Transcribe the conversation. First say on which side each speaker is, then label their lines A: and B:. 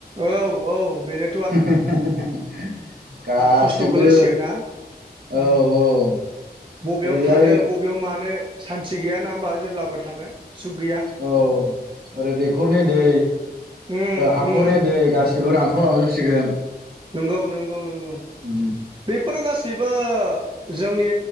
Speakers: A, on the right; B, on the right.
A: औ औ बेनो
B: <unintelligible> गासिबो
A: खस्थ' गोलैसिगोन ना
B: औ
A: उम
B: औ
A: बबेयाव
B: ओरैजाय
A: थानो बबेयाव मानो सान्थि गैया ना होमबा जेब्लाबो थानो सुख गैया
B: औ ओरै दैखरनि दै
A: उम
B: हाखरनि
A: उम
B: दै गासिबो रान थ लांजोबसिगोन
A: नंगौ नंगौ नंगौ
B: उ
A: बेफोरो गासैबो जोंनि